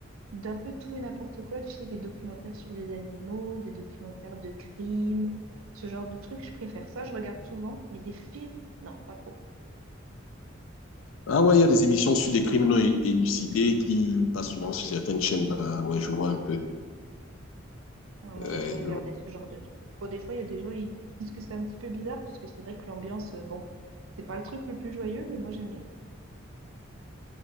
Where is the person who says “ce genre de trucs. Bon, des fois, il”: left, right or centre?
Right